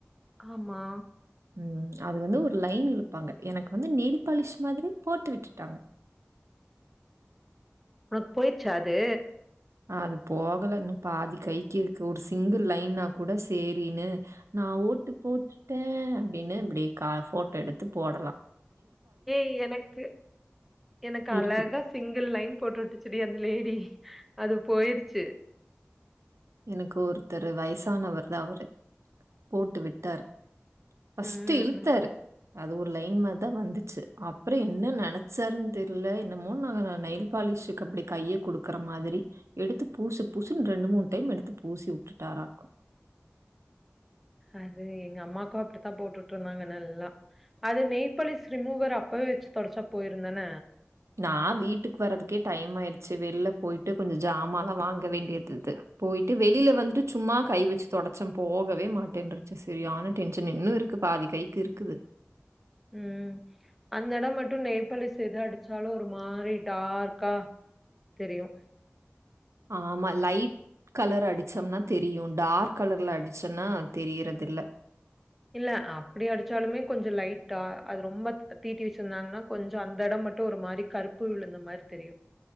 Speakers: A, in the centre; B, on the right.
A: ஆமா
B: ம் அது வந்து ஒரு லைன் இழுப்பாங்க எனக்கு வந்து நெயில் பாலிஷ் மாதிரி போட்டு விட்டுட்டாங்க
A: உனக்கு போயிடுச்சா அது
B: அது போகலன்னு இன்னு பாதி கைக்கு இருக்கு ஒரு சிங்கிள் லைன்னா கூட சேரின்னு நா ஓட்டு போட்டுட்டே அப்டின்னு இப்டி கா போட்டோ எடுத்து போடலா
A: ஏய் எனக்கு எனக்கு அழகா
B: இருக்கு
A: சிங்கிள் லைன் போட்டு விட்டுச்சுடி அந்த லேடி அது போயிருச்சு
B: எனக்கு ஒருத்தரு வயசானவர்தான் அவரு போட்டு விட்டாரு பஸ்டு
A: ம்
B: இலுத்தாரு அது ஒரு லைன் மாத தான் வந்துச்சு அப்புறம் என்ன நினைச்சாருன்னு தெரில என்னமோன் நான் நெயில் பாலிஷுக்கு அப்டி கைய குடுக்குற மாதிரி எடுத்து பூசு பூசுன் ரெண்டு மூணு டைம் எடுத்து பூசி விட்டுட்டாராருக்கு
A: அது எங்க அம்மாக்கு அப்டித்தான் போட்டூட்று இருந்தாங்க நல்லா அது நெய்பாலிஸ் ரிமூவர் அப்பவே வச்சு தொடச்சா போயிருந்தான
B: நா வீட்டுக்கு வர்றதுக்கே டைம் ஆயிடுச்சு வெளில போயிட்டு கொஞ்சோ ஜாமாலாம் வாங்க வேண்டியது இதுது போயிட்டு வெளியில வந்துட்டு சும்மா கை வச்சு தொடச்சம் போகவே மாட்டேன்ருச்சு சரி ஆனா டென்ஷன் இன்னு இருக்கு பாதி கைக்கு இருக்குது
A: ம் அந்த எடம் மட்டு நெயிபாலிஸ் எத அடிச்சாலு ஒரு மாரி டார்க்கா தெரியு
B: ஆமா லைட் கலர் அடிதச்சம்னா தெரியும் டார்க் கலர்ல அடிச்சம்னா தெரியறதில்ல
A: இல்ல அப்டி அடிச்சாலுமே கொஞ்சோ லைட்டா அது ரொம்ப தீட்டி வச்சிருந்தாங்கன்னா கொஞ்சோ அந்த எடம் மட்டும் ஒரு மாரி கருப்பு விழுந்த மாரி தெரியு